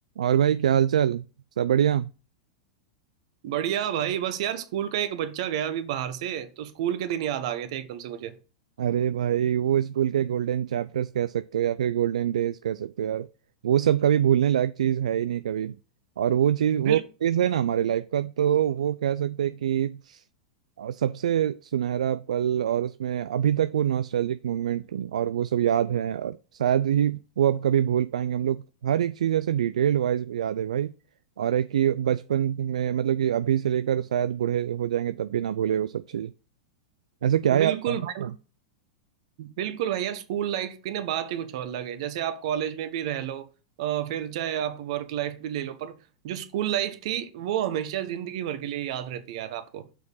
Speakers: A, on the right (about 75°); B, on the right (about 60°).
A: और भाई क्या हाल चाल सब बढ़िया
B: बढ़िया भाई बस यार स्कूल का एक बच्चा गया अभी बाहर से तो स्कूल के दिन याद आ गए थे एकदम से मुझे
A: अरे भाई वो स्कूल के गोल्डन चैप्टर्स कह सकते हो या फिर गोल्डन डेज कह सकते हो यार वो सब कभी भूलने लायक चीज है ही नहीं कभी और वो चीज वो
B: बिल
A: फेज है ना हमारे लाइफ का तो वो कह सकते हैं कि और सबसे सुनहरा पल और उसमें अभी तक वो नॉस्टैल्जिक मोमेंट और वो सब याद है और शायद ही वो अब कभी भूल पाएंगे हम लोग हर एक चीज़ ऐसे डिटेल्ड वाइज याद है भाई और है कि बचपन में मतलब कि अभी से लेकर शायद बूढ़े हो जाएंगे तब भी ना भूले वो सब चीज़ ऐसे क्या याद
B: बिल्कुल
A: था
B: भाई बिल्कुल भाई यार स्कूल लाइफ की ना बात ही कुछ और अलग है जैसे आप कॉलेज में भी रह लो अ, फिर चाहे आप वर्क लाइफ भी ले लो पर जो स्कूल लाइफ थी वो हमेशा जिंदगी भर के लिए याद रहती है यार आपको